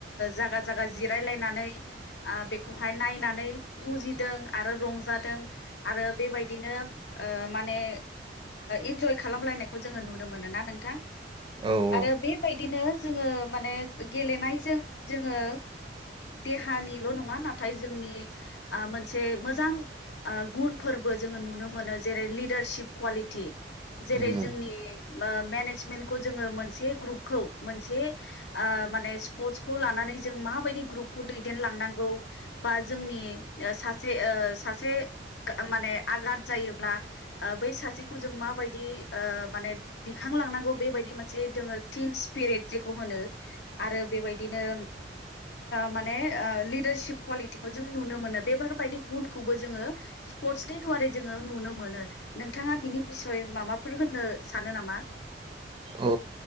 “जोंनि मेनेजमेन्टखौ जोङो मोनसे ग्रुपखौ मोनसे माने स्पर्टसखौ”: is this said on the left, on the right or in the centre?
Left